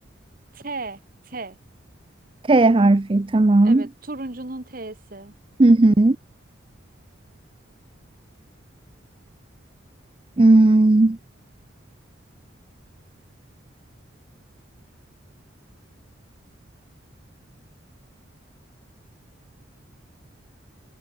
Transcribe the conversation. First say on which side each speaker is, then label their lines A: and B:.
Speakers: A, on the right; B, on the right.
A: T. T.
B: T harfi tamam.
A: Evet turuncunun T'si.
B: Hı hı. Hmm.